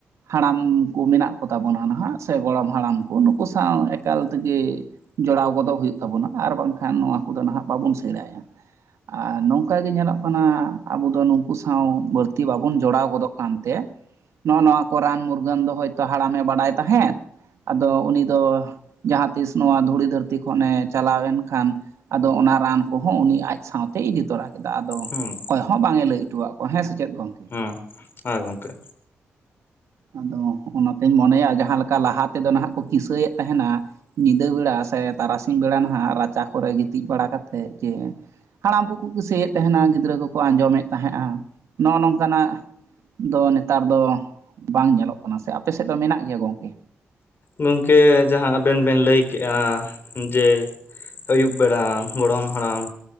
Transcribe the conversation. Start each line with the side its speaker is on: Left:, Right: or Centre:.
Right: ᱦᱟᱲᱟᱢ ᱩᱱᱠᱩ ᱢᱮᱱᱟᱜ ᱠᱚᱛᱟ ᱵᱚᱱᱟ ᱱᱟᱦᱟᱜ ᱥᱮ ᱜᱚᱲᱚᱢ ᱦᱟᱲᱟᱢ ᱠᱚ ᱱᱩᱠᱩ ᱥᱟᱶ ᱮᱠᱟᱞ ᱛᱮᱜᱮ ᱡᱚᱲᱟᱣ ᱜᱚᱫᱚᱜ ᱦᱩᱭᱩᱜ ᱛᱟᱵᱚᱱᱟ ᱟᱨ ᱵᱟᱝᱠᱷᱟᱱ ᱱᱚᱣᱟ ᱠᱚᱫᱚ ᱱᱟᱦᱟᱜ ᱵᱟᱵᱚᱱ ᱥᱮᱲᱟᱭᱟ᱾ ᱟᱨ ᱱᱚᱝᱠᱟ ᱜᱮ ᱧᱮᱞᱚᱜ ᱠᱟᱱᱟ, ᱟᱵᱚ ᱫᱚ ᱱᱩᱠᱩ ᱥᱟᱶ ᱵᱟᱹᱲᱛᱤ ᱵᱟᱵᱚᱱ ᱡᱚᱲᱟᱣ ᱜᱚᱫᱚᱜ ᱠᱟᱱᱛᱮ ᱱᱚᱜᱼᱚ ᱱᱚᱣᱟ ᱠᱚ ᱨᱟᱱ ᱢᱩᱨᱜᱟᱹᱱ ᱫᱚ ᱦᱭᱛᱳ ᱦᱟᱲᱟᱢᱮ ᱵᱟᱰᱟᱭ ᱛᱟᱦᱮᱸᱫ ᱟᱫᱚ ᱩᱱᱤ ᱫᱚ ᱡᱟᱦᱟᱸ ᱛᱤᱥ ᱱᱚᱣᱟ ᱫᱷᱩᱲᱤ ᱫᱷᱟᱹᱨᱛᱤ ᱠᱷᱚᱱᱮ ᱪᱟᱞᱟᱣ ᱮᱱᱠᱷᱟᱱ ᱟᱫᱚ ᱚᱱᱟ ᱨᱟᱱ ᱠᱚᱦᱚᱸ ᱩᱱᱤ ᱟᱡ ᱥᱟᱶᱛᱮ ᱤᱫᱤ ᱛᱚᱨᱟ ᱠᱮᱫᱟ, ᱟᱫᱚ
Left: ᱦᱩᱸ
Right: ᱠᱚᱦᱚᱸ ᱵᱟᱝ ᱮ ᱞᱟᱹᱭ ᱦᱚᱴᱚᱣᱟᱜ ᱠᱚᱣᱟ ᱦᱮᱸ ᱥᱮ ᱪᱮᱫ ᱜᱚᱝᱠᱮ?
Left: ᱦᱮᱸ ᱦᱮᱸ ᱜᱚᱝᱠᱮ
Right: ᱟᱫᱚ ᱚᱱᱟᱛᱤᱧ ᱢᱚᱱᱮᱭᱟ ᱡᱟᱦᱟᱸ ᱞᱮᱠᱟ ᱞᱟᱦᱟ ᱛᱮᱫᱚ ᱱᱟᱦᱟᱜ ᱠᱚ ᱠᱤᱥᱟᱹᱭᱮᱫ ᱛᱟᱦᱮᱱᱟ, ᱧᱤᱫᱟᱹ ᱵᱮᱲᱟ ᱥᱮ ᱛᱟᱨᱟᱥᱤᱧ ᱵᱮᱲᱟ ᱱᱟᱦᱟᱜ ᱨᱟᱪᱟ ᱠᱚᱨᱮ ᱜᱤᱛᱤᱡ ᱵᱟᱲᱟ ᱠᱟᱛᱮᱫ ᱡᱮ ᱦᱟᱲᱟᱢ ᱠᱚᱠᱚ ᱠᱩᱥᱟᱹᱭᱮᱫ ᱛᱟᱦᱮᱱᱟ ᱜᱤᱫᱽᱨᱟᱹ ᱠᱚᱠᱚ ᱟᱸᱡᱚᱢᱮᱫ ᱛᱟᱦᱮᱸᱱᱟ ᱱᱚᱜᱼᱚ ᱱᱚᱝᱠᱟᱱᱟᱜ ᱫᱚ ᱱᱮᱛᱟᱨ ᱫᱚ ᱵᱟᱝ ᱧᱮᱞᱚᱜ ᱠᱟᱱᱟ ᱥᱮ ᱟᱯᱮ ᱥᱮᱫ ᱫᱚ ᱢᱮᱱᱟᱜ ᱜᱮᱭᱟ ᱜᱚᱝᱠᱮ?
Left: ᱜᱚᱝᱠᱮ ᱡᱟᱦᱟᱸ ᱟᱵᱮᱱ ᱵᱮᱱ ᱞᱟᱹᱭ ᱠᱮᱜᱼᱟ ᱡᱮ ᱟᱹᱭᱩᱵ ᱵᱮᱲᱟ ᱜᱚᱲᱚᱢ ᱦᱟᱲᱟᱢ᱾